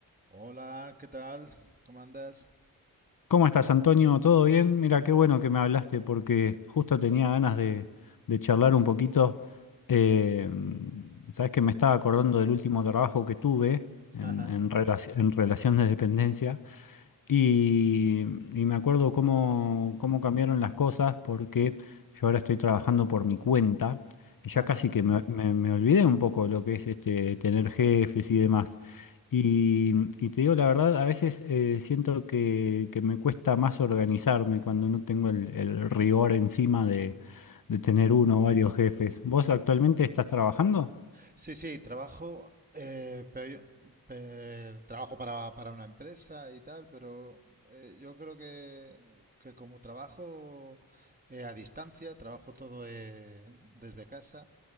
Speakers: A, on the right; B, on the left.
A: Hola, ¿qué tal? ¿Cómo andas?
B: ¿Cómo estás, Antonio? ¿Todo bien? Mira, qué bueno que me hablaste porque justo tenía ganas de, de charlar un poquito. Eh, sabes que me estaba acordando del último trabajo que tuve en,
A: Ajá,
B: en, relaci- en relación de dependencia y, y me acuerdo cómo, cómo cambiaron las cosas porque yo ahora estoy trabajando por mi cuenta y ya
A: ajá.
B: casi que me, me- me olvidé un poco lo que es este, tener jefes y demás. Y, y te digo la verdad, a veces eh, siento que, que me cuesta más organizarme cuando no tengo el, el rigor encima de, de tener uno o varios jefes. ¿Vos actualmente estás trabajando?
A: Sí, sí, trabajo, eh, pero yo- pe- trabajo para, para una empresa y tal, pero eh, yo creo que, que como trabajo eh, a distancia, trabajo todo eh, desde casa,